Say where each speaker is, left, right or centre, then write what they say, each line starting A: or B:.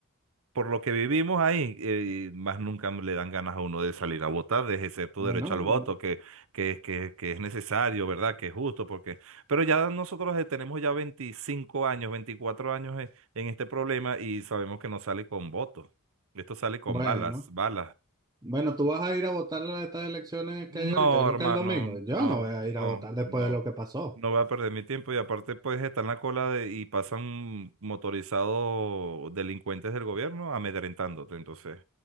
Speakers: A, on the right (about 65°); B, on the right (about 20°).
A: por lo que vivimos ahí, eh, más nunca le dan ganas a uno de salir a votar, de ejercer tu
B: Bueno,
A: derecho al
B: mm,
A: voto, que, que, que, que es necesario, ¿verdad? Que es justo, porque... Pero ya nosotros eh, tenemos ya 25 años, 24 años en, en este problema y sabemos que no sale con votos. Esto sale con
B: bueno.
A: balas, balas.
B: Bueno, tú vas a ir a votar a estas elecciones
A: No,
B: que hay ahorita, creo
A: hermano,
B: que el domingo.
A: no,
B: Yo no voy a
A: no,
B: ir a votar después
A: no.
B: de lo que pasó.
A: No voy a perder mi tiempo y aparte puedes estar en la cola de- y pasan motorizados delincuentes del gobierno amedrentándote, entonces.